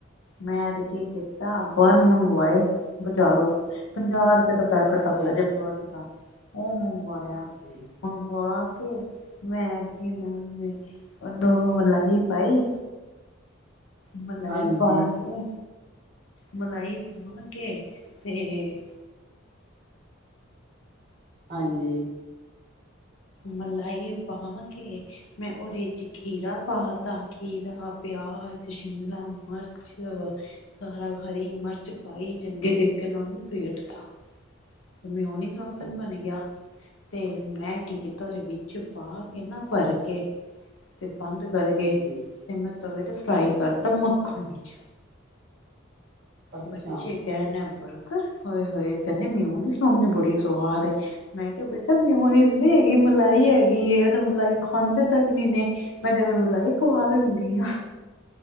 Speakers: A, on the left; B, on the right.
A: ਮੈਂ ਤੇ ਕੀ ਕੀਤਾ ਬਨ ਮੰਗਵਾਏ ਬਜ਼ਾਰੋਂ ਪੰਜਾਹ ਰੁਪਏ ਦਾ ਪੈਕੇਟ
B: ਅੱਛਾ
A: ਆਉਂਦਾ
B: ਜੀ
A: ਜੇ ਬੰਦ ਦਾ ਓ ਮੰਗਵਾਇਆ
B: ਹਾਂਜੀ,
A: <unintelligible> ਕੇ ਮੈਂ ਕੀ ਨਾ ਉਹਨੂੰ ਮਲਾਈ ਪਾਈ ਮਲਾਈ
B: ਹਾਂਜੀ,
A: ਪਾ ਕੇ ਮਲਾਈ ਪਾ ਕੇ ਤੇ
B: ਹਾਂਜੀ
A: ਮਲਾਹੀ ਪਾ ਕੇ ਮੈਂ ਉਹਦੇ ਚ ਖੀਰਾ ਪਾ ਤਾ ਖੀਰਾ ਪਿਆਜ ਸ਼ਿਮਲਾ ਮਰਚ <unintelligible> ਹਰੀ ਮਿਰਚ ਪਾਈ ਚੰਗੇ ਤਰੀਕੇ ਨਾਲ ਉਹਨੂੰ ਫ਼ੇਟਤਾ ਉਹ ਮਉਹਨੀਸ ਵਕਨ
B: ਅੱਛਾ
A: ਬਣ ਗਿਆ
B: ਜੀ,
A: ਤੇ ਮੈਂ ਕੀ ਕੀਤਾ ਉਹਦੇ ਵਿੱਚ ਪਾ ਕੇ ਨਾ ਭਰ ਕੇ ਤੇ ਬੰਦ ਕਰਕੇ
B: ਹਾਂਜੀ,
A: ਤੇ ਮੈਂ ਤਵੇ ਤੇ ਫਰਾਈ ਕਰਤਾ ਮੱਖਣ ਵਿੱਚ
B: ਅੱਛਾ,
A: ਬੱਚੇ ਕਹਿਣ ਐ ਬਰਗਰ ਹੋਏ ਹੋਏ ਕਹਿੰਦੇ <unintelligible> ਮਮੀ ਬੜੀ ਸਆਦ ਏ ਮੈਂ ਕਿਹਾ ਬੇਟਾ ਮਿਓਨੀਜ਼ ਨਹੀਂ ਹੈਗੀ ਮਲਾਈ ਹੈਗੀ ਏਹ ਤਾਂ ਮਲਾਈ ਖਾਂਦੇ ਤੱਕ ਨਹੀਂ ਨੇ ਮੈਂ ਜਿਵੇਂ ਮਲਾਈ ਖਵਾ ਦਿੰਦੀ ਹਾਂ